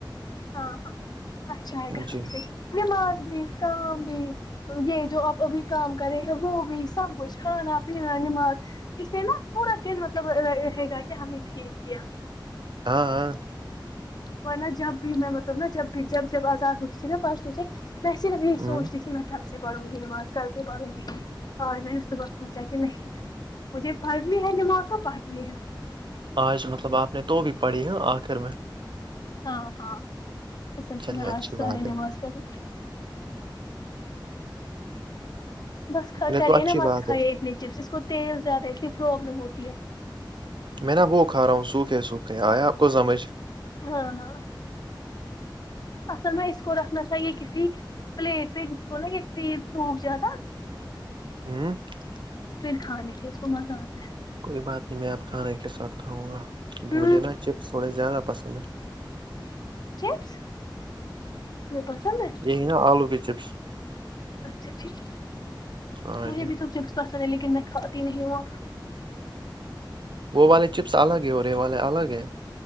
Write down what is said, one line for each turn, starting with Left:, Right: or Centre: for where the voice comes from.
Left: ہاں ہاں اچھا
Right: گا
Left: ہے قسم
Right: جی
Left: سے نماز بھی کا بھی یہ جو آپ ابھی کام کرے ہیں وہ بھی سب کچھ کھانا پینا نماز اسے نا پورا دن مطلب ہے گا کہ ہمیں ٹھیک کیا
Right: ہاں ہاں
Left: ہو نا جب بھی میں مطلب ن جب بھی جب جب آزاد ہوتی تھی نا پرسو سے میں صرف یہی
Right: ہوں
Left: سوچتی تھی میں کل سے پڑھوں گی نماز کل سے پڑھوں گی آج میں نے صبح سوچا کہ نہیں مجھے پڑھنی ہے نماز تو پڑھنی ہے
Right: آج مطلب آپ نے تو بھی پڑھی ہے آخر میں
Left: ہاں ہاں تو سب
Right: چلیے
Left: سے میں
Right: اچھی
Left: آج ساری
Right: بات ہے
Left: نماز کروں بس
Right: یہ
Left: کریے
Right: تو اچھی
Left: نا مت
Right: بات
Left: کھائیے
Right: ہے
Left: اتنے چپس اس کو تیل زیادہ ہے اس لیے پروابلم ہوتی ہے
Right: میں نا وہ کھا رہا ہوں سوکھے سوکھے آئے آپ کو سمجھ
Left: ہاں ہاں اصل میں اس کور رکھ ناتھا یہ کسی پلیٹ پے اس کونا یہ تیل سوکھ جاتا
Right: <unintelligible>
Left: پھر کھانے تھے اس کو مزہ آتا ہے
Right: کوئی بات نہیں میں اب کھانے کے ساتھ کھاؤں گا
Left: ہے ہوں
Right: مجھے نا چپس تھوڑے زیادہ پسند ہیں
Left: چپس تمیں پسند ہے
Right: یہ نا آلو کے چپس
Left: اچھا ٹھیک
Right: ہاں
Left: مجھے
Right: جی
Left: بھی تو چپس پسند ہے لیکن میں کھاتی نہیں ہوں اب
Right: وہ والے چپس الگ ہے اور رے والے الگ ہے